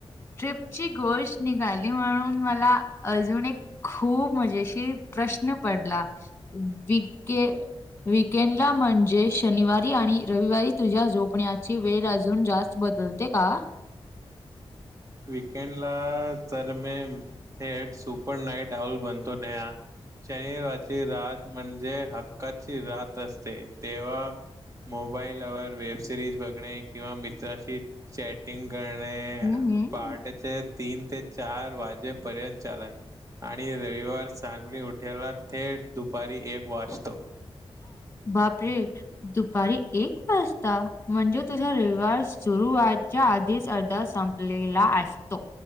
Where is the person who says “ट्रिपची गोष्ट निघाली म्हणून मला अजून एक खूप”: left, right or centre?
Left